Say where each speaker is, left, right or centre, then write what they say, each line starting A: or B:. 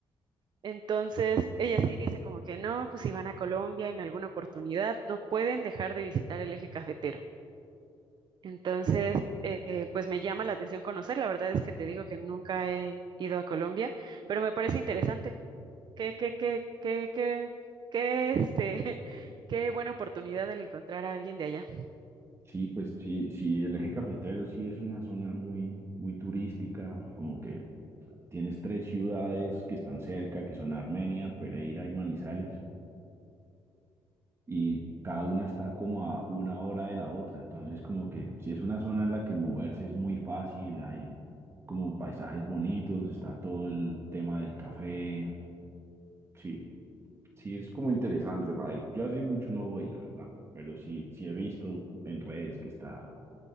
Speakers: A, on the right; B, on the right.
A: Entonces, ella sí dice como que no, pues si van a Colombia en alguna oportunidad, no pueden dejar de visitar el eje cafetero. Entonces, eh, eh, pues me llama la atención conocer. La verdad es que te digo que nunca he ido a Colombia, pero me parece interesante. Qué, qué, qué, qué, qué, qué, este, <laughs> qué buena oportunidad el encontrar a alguien de allá.
B: Sí, pues sí, sí, el eje cafetero sí es una zona muy, muy turística, como que Tienes tres ciudades que están cerca, que son Armenia, Pereira y Manizales, y cada una está como a una hora de la otra. Entonces, como que si es una zona en la que moverse es muy fácil, hay como paisajes bonitos, está todo el tema del café. Sí, sí, es como interesante para ir. Yo hace mucho no voy, la verdad, pero sí, sí he visto en redes que está,